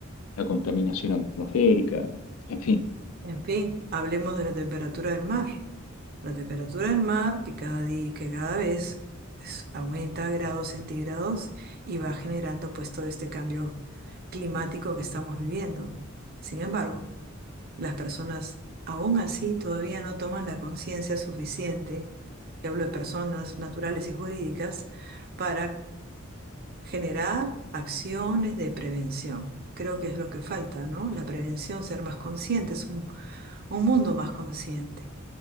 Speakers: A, on the left; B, on the right.
A: la contaminación atmosférica, en fin.
B: En fin, hablemos de la temperatura del mar. La temperatura del mar, que cada día, que cada vez es- aumenta grados centígrados y va generando pues todo este cambio climático que estamos viviendo. Sin embargo, las personas aún así todavía no toman la conciencia suficiente, y hablo de personas naturales y jurídicas, para generar acciones de prevención. Creo que es lo que falta, ¿no? La prevención, ser más conscientes, un, un mundo más consciente.